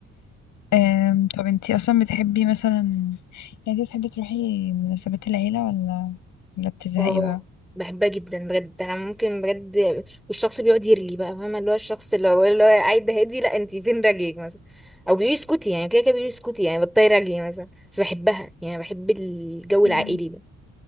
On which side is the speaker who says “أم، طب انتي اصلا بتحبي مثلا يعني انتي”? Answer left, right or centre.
Left